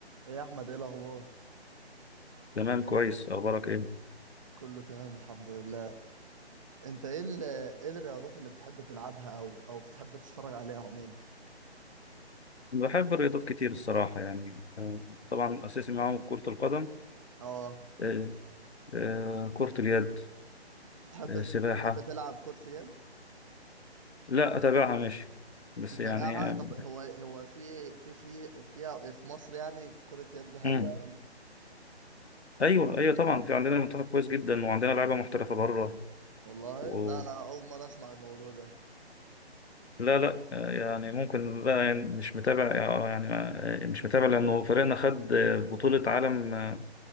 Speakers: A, on the right; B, on the left.
A: ايه يا احمد ايه الاخبار
B: تمام كويس اخبارك ايه
A: كله تمام الحمد لله انت ايه ال- ايه الرياضات اللي بتحب تلعبها او او بتحب تتفرج عليها عموما
B: بحب الرياضات كتير الصراحه يعني آه، طبعا اساسي معاهم كره القدم
A: اه
B: آه، آه، كره اليد
A: بتحب
B: آه، سباحه
A: بتحب تلعب كرة اليد
B: لا اتابعها ماشي بس
A: تتابعها
B: يعني
A: طب
B: آه،
A: هو هو في في في فيها في مصر يعني كرة يد حلوة
B: مم.
A: يعني
B: ايوه ايوه طبعا في عندنا منتخب كويس جدا وعندنا لعيبه محترفه بره
A: والله
B: و...
A: لا انا اول مرة اسمع الموضوع ده
B: لا لا آه، يعني ممكن بقى يعني مش متابع آه، يعني ما- آه، مش متابع لانه فريقنا خد آه، بطوله عالم آه،